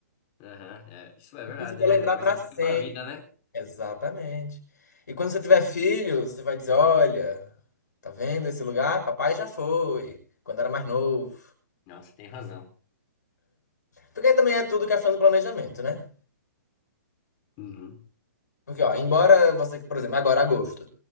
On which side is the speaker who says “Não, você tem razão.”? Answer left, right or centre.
Left